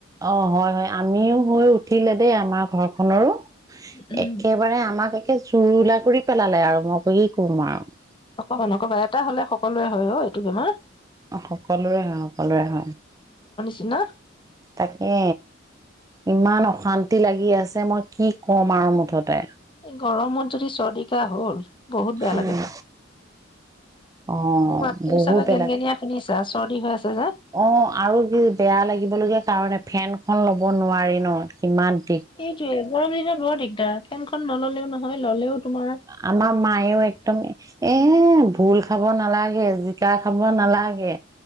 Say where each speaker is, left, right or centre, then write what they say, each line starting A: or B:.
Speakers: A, on the right; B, on the left.
A: অ হয় হয় আমিও হৈ উঠিলে দেই আমাৰ ঘৰখনৰো
B: উম
A: একেবাৰে আমাক এ এ জুৰুলা কৰি পেলালে আৰু মই কি কম আৰু
B: হয়, নকবা এটা হ'লে সকলোৰে হয় অ' এইটো বেমাৰ।
A: সকলোৰে হয়, সকলোৰে হয়।
B: ন?
A: তাকে, ইমান অশান্তি লাগি আছে মই কি কম আৰু মুঠতে।
B: গৰমত যদি চৰ্দি-কাহ হ'ল বহুত বেয়া
A: উম,
B: লাগে
A: অ',
B: মোৰ মাতটো
A: বহুত
B: চাগে
A: বেলেগ,
B: গেনগেনীয়া শুনিছা চৰ্দি হৈ আছে যে
A: অ' আৰু যি বেয়া লাগিবলগীয়া কাৰণে ফেনখন ল'ব নোৱাৰি ন, ইমান
B: সেইটোয়েই গৰম দিনত বৰ দিক এয়া ফেনখন নল'লেও নহয়। ললেও তোমাৰ
A: আমাৰ মায়েও একদম, এ ভোল খাব নালাগে, জিকা খাব নালাগে